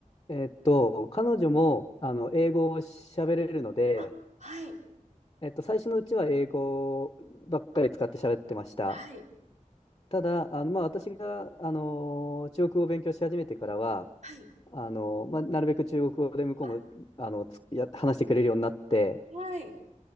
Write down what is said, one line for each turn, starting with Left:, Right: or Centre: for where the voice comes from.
Left: えーっと、彼女も、あの、英語を喋れるので、
Right: あ、はい、
Left: えっと、最初のうちは英語ばっかり使って喋ってました。
Right: はい、
Left: ただ、あの、まあ、私が、あの中国語を勉強し始めてからは、
Right: はい、
Left: あのまあ、なるべく中国語で向こうも、
Right: あ、
Left: あの、つや、話してくれるようになって、
Right: はい、